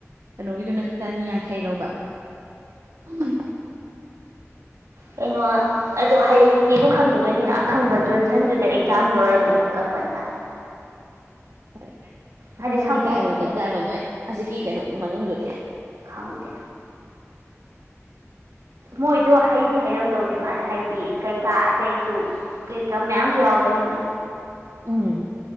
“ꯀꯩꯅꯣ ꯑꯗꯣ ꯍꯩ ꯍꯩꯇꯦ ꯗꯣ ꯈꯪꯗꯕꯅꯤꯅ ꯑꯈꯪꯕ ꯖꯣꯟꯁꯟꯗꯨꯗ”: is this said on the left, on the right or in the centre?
Right